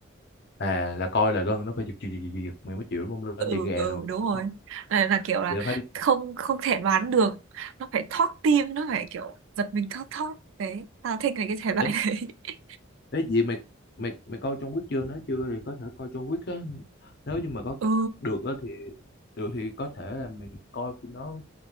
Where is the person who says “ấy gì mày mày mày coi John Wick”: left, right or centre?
Left